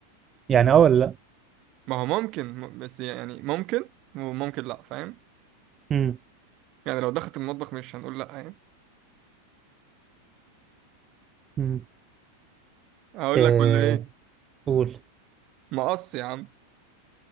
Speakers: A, on the right; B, on the right.
A: يعني اه ولا لا
B: ما هو ممكن م... بس يعني ممكن وممكن لا فاهم
A: امم
B: يعني لو دخلت المطبخ مش هنقول لا يعني
A: امم
B: هقول
A: إيه
B: لك ولا ايه
A: قول
B: مقص يا عم